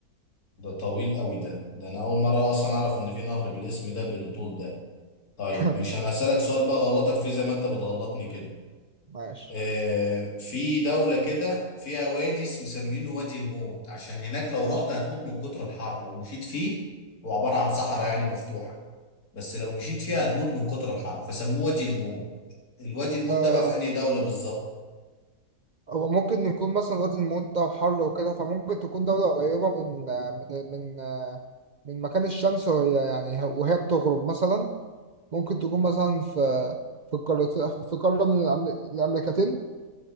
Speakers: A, on the left (about 70°); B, on the right (about 65°).
A: ده طويل قوي ده ده انا اول مرة اصلا اعرف ان في نهر بالاسم ده بالطول ده طيب
B: <laughs>
A: ماشي انا هسألك سؤال بقى غلطك فيه زي ما انت بتغلطني كده
B: ماشي
A: آه، في دولة كده فيها وادي اسم- مسمينه وادي الموت عشان هناك لو رحت هتموت من كتر الحر لو مشيت فيه هو عبارة عن صحراء يعني مفتوحة بس لو مشيت فيها هتموت من كتر الحر فسموه وادي الموت الوادي الموت
B: آه
A: ده بقى في أنهي دولة بالظبط؟
B: هو ممكن يكون مثلا وادي الموت ده وحر وكده فممكن تكون دولة قريبة من آه، من من آه، من مكان الشمس وهي يعني وهي بتغرب مثلا ممكن تكون مثلا في في قارة في قارة من الأمر- الأمريكتين